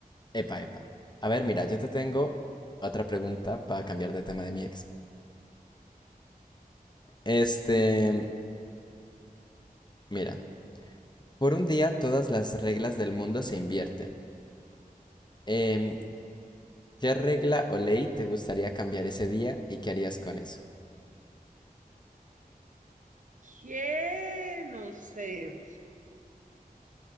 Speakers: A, on the left; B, on the right.
A: Epa, epa. A ver, mira, yo te tengo otra pregunta para cambiar de tema de mi ex. Este, mira, por un día todas las reglas del mundo se invierten. Em, ¿qué regla o ley te gustaría cambiar ese día y qué harías con eso?
B: ¿Qué? No sé.